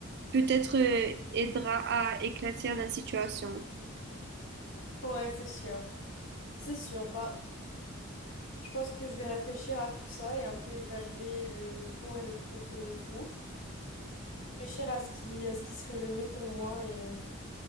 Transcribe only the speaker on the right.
peut-être euh, aidera à éclaircir la situation.